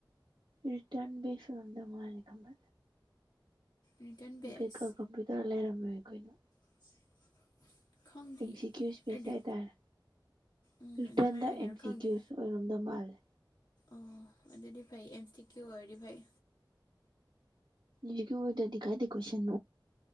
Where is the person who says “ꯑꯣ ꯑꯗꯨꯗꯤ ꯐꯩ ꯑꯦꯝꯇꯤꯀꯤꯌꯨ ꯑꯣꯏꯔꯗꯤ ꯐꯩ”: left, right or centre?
Left